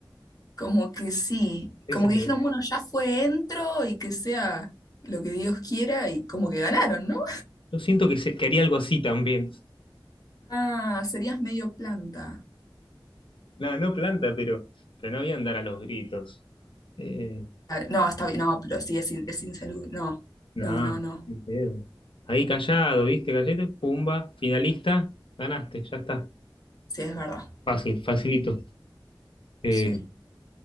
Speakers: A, on the left (about 45°); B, on the left (about 85°).
A: como que sí,
B: Esa
A: como
B: es
A: que
B: la
A: dijeron,
B: idea.
A: bueno, ya fue, entro y que sea lo que Dios quiera y como que ganaron, ¿no?
B: Yo siento que, se, que haría algo así también.
A: Ah, serías medio planta.
B: No, no planta, pero, pero no voy a andar a los gritos. Eh,
A: Claro, No, está bien, no, pero sí, es, in- es insalud no,
B: no,
A: no, no, no,
B: ni pedo. Ahí callado, ¿viste? Callate, pumba, finalista, ganaste, ya está.
A: sí, es verdad.
B: Fácil, facilito. Eh,
A: Sí.